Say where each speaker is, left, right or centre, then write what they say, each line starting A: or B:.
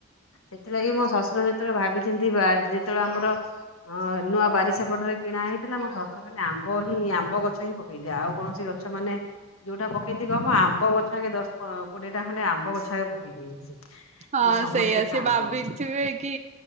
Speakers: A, on the left; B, on the right.
A: ସେଥିଲାଗି ମୋ ଶଶୁର ଯେତେବେଳେ ଭାବିଚିନ୍ତି ବାର୍ ଯେତେଳେ ଆମର ହଁ ନୂଆ ବାରି ସେପଟରେ କିଣା ହେଇଥିଲା ମୋ ଶଶୁର ଲେ ଆମ୍ବ ହିଁ ଆମ୍ବ ଗଛ ହିଁ ପକେଇଦିଏ ଆଉ କୌଣସି ଗଛ ମାନେ ଯୋଉଟା ପକେଇିଚି କହମ ଆମ୍ବ ଗଛରେ ଦଶ୍ ପ କୋଡିଏଟା ଖଣ୍ଡେ ଆମ୍ବ ଗଛା ପକେଇ ଦେଇିଚି,
B: ହଁ
A: ଯେ ସମସ୍ତେ
B: ସେଇଆ ସେ
A: ଖାଆନ୍ତୁ।
B: ଭାବି ଥିବେ କି